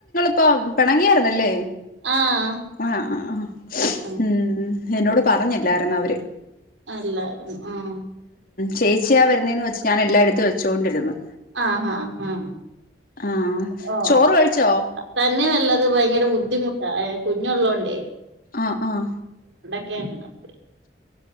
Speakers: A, on the left (about 50°); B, on the right (about 85°).
A: ഇപ്പം പിണങ്ങിയായിരുന്നല്ലേ
B: ആഹ്
A: ആ ആ ആ
B: ആഹ്
A: ഉം എന്നോട് പറഞ്ഞില്ലായിരുന്ന അവര്
B: അല്ലായിരുന്നു ആ
A: ചേച്ചിയ വരുന്നെന്ന് വച്ച് ഞാൻ എല്ലായിടത്തു വെച്ചുകൊണ്ടിരുന്നു
B: ആഹ ആഹ് ആഹ്
A: ആഹ്
B: ഓ
A: ചോറ് കഴിച്ചോ
B: തന്നെയ വരുന്നത്ത് ഭയങ്കര ബുദ്ധിമുട്ട കുഞ്ഞള്ളോണ്ടേ
A: ആഹ ആഹ
B: <unintelligible>